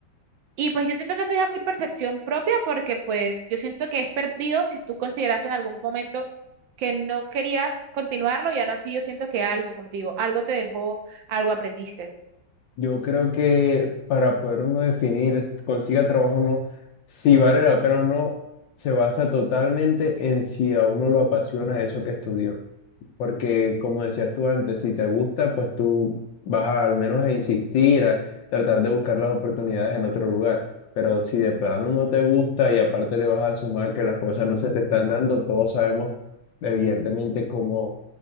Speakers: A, on the right; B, on the left.
A: y pues yo siento que eso ya es muy percepción propia porque pues yo siento que es perdido si tú consideraste en algún momento que no querías continuarlo y aún así yo siento que algo, como te digo, algo te dejó, algo aprendiste.
B: Yo creo que para poder uno definir, consiga trabajo o no, si vale la pena o no, se basa totalmente en si a uno lo apasiona eso que estudió. Porque como decías tú antes, si te gusta, pues tú vas a, al menos a insistir, a tratar de buscar las oportunidades en otro lugar. Pero si de plano no te gusta y aparte le vas a sumar que las cosas no se te están dando, todos sabemos evidentemente cómo,